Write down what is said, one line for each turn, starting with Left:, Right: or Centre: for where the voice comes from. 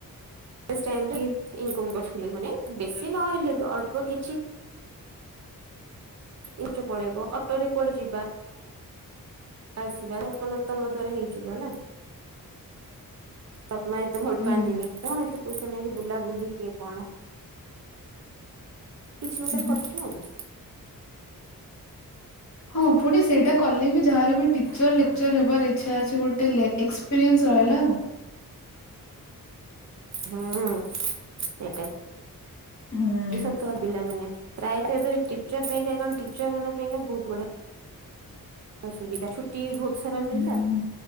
Right: ସେ ଟାଇମ ରେ ବି ଇନକମ୍ କରୁଥିଲି ମାନେ ବେଶୀ ନହେଲେ ବି ଅଳ୍ପ କିଛି ଇଏ ଫିଏ ରେ ପଳେଇବ ଅଟୋ ରେ କୁଆଡେ ଯିବା। ଆସିବା ଆପଣ ତମ ଦ୍ଵାରା ହେଇଯିବନା। ବାପ ମା ଏତେ ଭଲ
Left: ହୁଁ
Right: ପାଆନ୍ତିନି କଣ ଏତେ ପଇସା ନେଇ ବୁଲାବୁଲି କିଏ କଣ କିଛି ଗୋଟେ
Left: ହୁଁ
Right: ଖର୍ଚ୍ଚ ଆଉ
Left: ହଁ ପୁଣି ସେଇଟା କଲେ ବି ଯାହାର ବି ଟିଚର
Right: ଆଉ।
Left: ଲେକ୍ଚର ହେବାର ଇଛା ଅଛି ଗୋଟେ ଲେ ଏକ୍ସପିରିଏନ୍ସ ରହିଲା ଆଉ।
Right: ହୁଁ ସେଟାବି
Left: ହୁଁ
Right: ଛୋଟ ପିଲାମାନେ ପ୍ରାୟତ ଏବେ ଟିଚର ପାଇଁ କା କଣ ଟିଚର ମାନଙ୍କ ପାଇଁକା ବୋହୁତ ବଢିଆ ସୁବିଧା ଛୁଟି ଫୁ ସେରା ମିିଲିଲା।
Left: ହୁଁ